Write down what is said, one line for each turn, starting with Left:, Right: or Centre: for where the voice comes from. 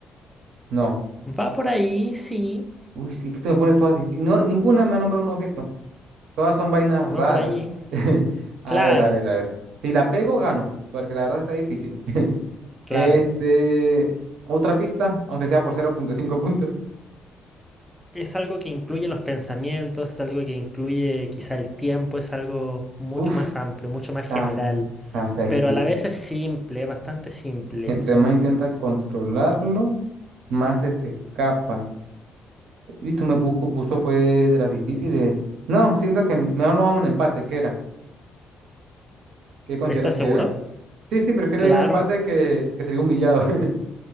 Right: no.
Centre: Va por ahí, sí,
Right: Uy, sí, es que esto me pone todas difíciles. No, ninguna me ha nombrado un objeto. Todas son vainas raras.
Centre: va por ahí.
Right: <laughs>
Centre: Claro,
Right: A ver, a ver, a ver. Si la pego, gano, porque la verdad está difícil. <laughs>
Centre: claro.
Right: Este, otra pista, aunque sea por cero punto cinco puntos.
Centre: Es algo que incluye los pensamientos, es algo que incluye quizá el tiempo, es algo mucho
Right: Uf,
Centre: más amplio, mucho más
Right: está,
Centre: general,
Right: está, está difícil.
Centre: pero a la vez es simple, bastante simple.
Right: Entre más intenta controlarlo, más se te escapa. Y tú me busco puso fue de las difíciles. No, siento que mejor no vamos en empate. ¿Qué era? ¿Qué consideras
Centre: ¿Estás
Right: que
Centre: seguro?
Right: era? Sí, sí, prefiero
Centre: Claro.
Right: ir en empate que, que salir humillado. <laughs>